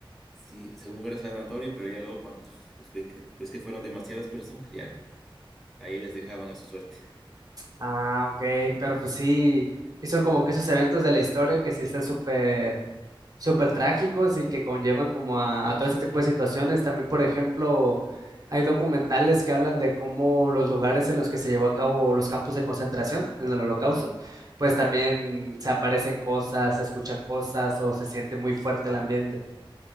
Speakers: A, in the centre; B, on the right.
A: Sí, según era sanatorio, pero ya luego cuando <laughs> pues ve que, ves que fueron demasiadas personas, ya ahí les dejaban a su suerte.
B: Ah, ok, pero pues sí, hizo como que esos eventos de la historia que sí están súper súper trágicos y que conllevan como a, a todo este tipo de situaciones. También, por ejemplo, hay documentales que hablan de cómo los lugares en los que se llevó a cabo los campos de concentración en el Holocausto, pues
A: Ándale.
B: también se aparecen cosas, se escuchan cosas o se siente muy fuerte el ambiente.